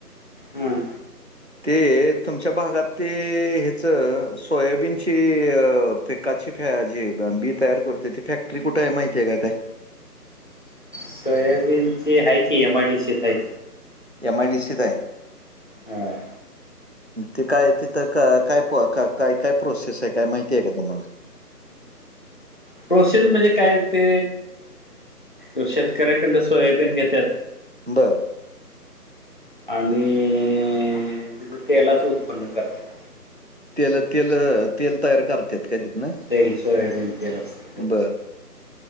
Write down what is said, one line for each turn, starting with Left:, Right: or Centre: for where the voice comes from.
Left: हुं.
Right: <inaudible> ते अ तुमच्या भागात ते हेच सोयाबीनची अ पीकाची फॅ जे बी तयार करतोय ती फॅक्टरी कुठे आहे माहितीय काय?
Left: सोयाबीन ची हाय की, एम आय डी सी त हाय.
Right: एम आय डी सी त हाय.
Left: हा
Right: ते काय तिथं काय काय काय प्रोसेस हाय, काय माहिती आहे का तुम्हाला?
Left: प्रोसेस म्हणजे काय ते अ शेतकऱ्याकडन सोयाबीन घेत्यात
Right: बरं.
Left: आणि अ अ तिथ तेलाच उत्पन्न करत्यात.
Right: तेलअ, तेलअ, तेल तयार करत्यात काय तिथन?
Left: तेल, सोयाबीन तेल असत.
Right: बर.